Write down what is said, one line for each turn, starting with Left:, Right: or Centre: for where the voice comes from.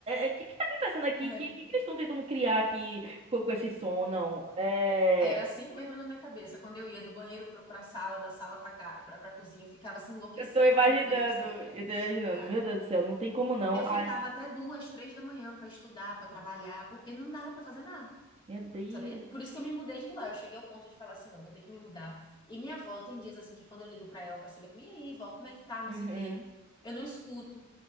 Right: o que que tá acontecendo aqui?
Left: É.
Right: O que, que que eles estão tentando criar aqui co- com, esse som? Não, é...
Left: Era assim mesmo na minha cabeça. Quando eu ia do banheiro pro, pra sala, da sala pra cá, pra, pra cozinha, eu ficava assim enlouquecida.
Right: Eu tô imaginando,
Left: Falei, Meu Deus do céu,
Right: eu
Left: o que é isso,
Right: tô imaginando,
Left: cara?
Right: meu Deus do céu, não tem como não.
Left: Eu ficava
Right: Ai,
Left: até duas, três da manhã pra estudar, pra trabalhar, porque não dava pra fazer nada.
Right: meu Deus.
Left: sabia? Por isso que eu me mudei de lá. Eu cheguei ao ponto de falar assim, não, vou ter que me mudar. E minha avó tem dias assim que quando eu ligo pra ela pra saber como, e aí, vó, como é que tá, não
Right: Uhum.
Left: sei o quê, eu não escuto.